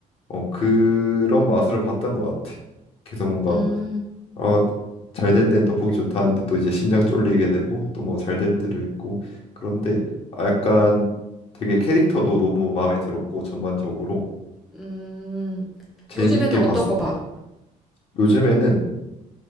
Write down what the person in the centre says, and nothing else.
음,
음,
요즘에는 어떤
거 봐?